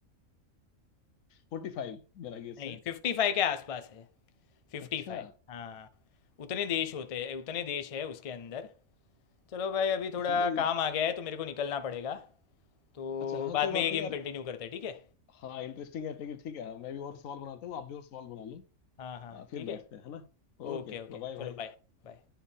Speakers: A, on the left (about 80°); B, on the left (about 50°).
A: फोर्टी फाइव मेरा गेस
B: नहीं
A: है
B: फिफ्टी फाइव के आसपास है फिफ्टी
A: अच्छा
B: फाइव हाँ उतने देश होते हैं उतने देश है उसके अंदर चलो भाई अभी थोड़ा
A: इसका तो
B: काम आ गया है तो मेरे को निकलना पड़ेगा तो
A: अच्छा हाँ
B: बाद
A: कोई बात
B: में ये
A: नहीं
B: गेम
A: यार
B: कंटिन्यू करते हैं ठीक है
A: हाँ इंटरेस्टिंग है लेकिन ठीक है हाँ मैं भी और सवाल बनाता हूँ आप भी और सवाल बना लो
B: हाँ, हाँ,
A: आ, फिर
B: ठीक
A: बैठते
B: है?
A: हैं है ना ओके
B: ओके, ओके,
A: बाय बाय भाई
B: चलो बाय, बाय।